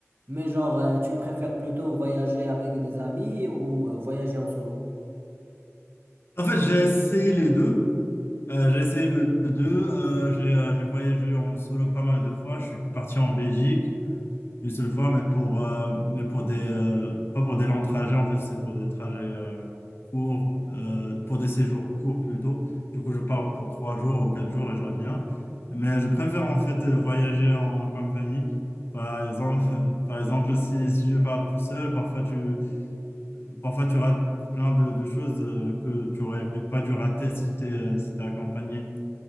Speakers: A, on the right (about 50°); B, on the left (about 50°).
A: mais genre, euh, tu préfères plutôt voyager avec des amis ou euh, voyager en solo?
B: En fait, j'ai essayé les deux. Euh, j'ai essayé les deux. Euh, j'ai euh, j'ai voyagé en solo pas mal de fois. Je suis parti en Belgique une seule fois, mais pour, euh, mais pour des... euh, pas pour des longs trajets, en fait, c'est pour des trajets euh, courts, euh, pour des séjours courts plutôt. Du coup, je pars pour trois jours ou quatre jours et je reviens. Mais je préfère en fait euh, voyager en compagnie. Par exemple, <laughs> par exemple si, si je pars tout seul, parfois tu... Parfois, tu rates plein de, de choses euh, que tu aurais pas dû rater si tu es, accompagné.